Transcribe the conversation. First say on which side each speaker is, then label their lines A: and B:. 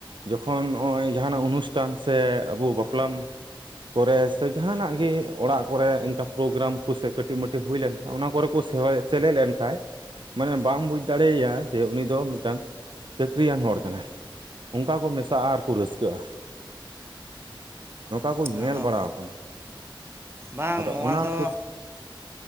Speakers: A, on the right; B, on the right.
A: ᱠᱷᱚᱱ ᱱᱚᱜᱼᱚᱭ ᱡᱟᱦᱟᱱᱟᱜ ᱚᱱᱩᱥᱴᱷᱟᱱ ᱥᱮ ᱟᱵᱚ ᱵᱟᱯᱞᱟ ᱠᱚᱨᱮ ᱥᱮ ᱡᱟᱦᱟᱱᱟᱜ ᱜᱮ ᱚᱲᱟᱜ ᱠᱚᱨᱮ ᱤᱱᱠᱟ ᱯᱨᱳᱜᱨᱟᱢ ᱠᱚ ᱥᱮ ᱠᱟᱹᱴᱤᱡ ᱢᱟᱹᱴᱤ ᱦᱩᱭ ᱞᱮᱱ ᱚᱱᱟ ᱠᱚᱨᱮ ᱠᱚ <unintelligible> ᱥᱮᱞᱮᱫ ᱞᱮᱱᱠᱷᱟᱡ ᱢᱟᱱᱮ ᱵᱟᱢ ᱵᱩᱡᱽ ᱫᱟᱲᱮᱭᱟᱭᱟ ᱡᱮ ᱩᱱᱤ ᱫᱚ ᱢᱤᱫᱴᱟᱝ ᱪᱟᱹᱠᱨᱤᱭᱟᱱ ᱦᱚᱲ ᱠᱟᱱᱟᱭ ᱚᱱᱠᱟ ᱠᱚ ᱢᱮᱥᱟᱜᱼᱟ ᱟᱨᱠᱚ ᱨᱟᱹᱥᱠᱟᱹᱜᱼᱟ᱾ ᱱᱚᱝᱠᱟ ᱠᱚ ᱧᱮᱞ
B: ᱟᱫᱚ
A: ᱵᱟᱲᱟᱣ ᱠᱟᱱᱟ,
B: ᱵᱟᱝ
A: ᱟᱫᱚ
B: ᱱᱚᱣᱟ
A: ᱚᱱᱟ
B: ᱫᱚ
A: ᱠᱩ